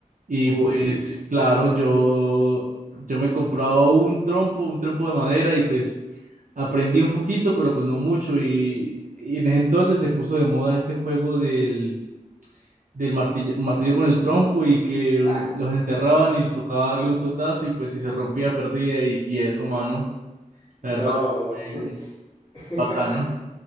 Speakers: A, on the right (about 65°); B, on the left (about 40°).
A: Y
B: Uh,
A: pues
B: sí.
A: claro, yo, yo me compraba un trompo, un trompo de madera y pues aprendí un poquito, pero pues no mucho. Y, y en ese entonces se puso de moda este juego del, del martillo, martillo con el trompo y que u-
B: Ah,
A: los enterraban y le tocaba darle un totazo y pues si se rompía perdía y, y eso, mano.
B: no.
A: La verdad, fue
B: <laughs>
A: bacano.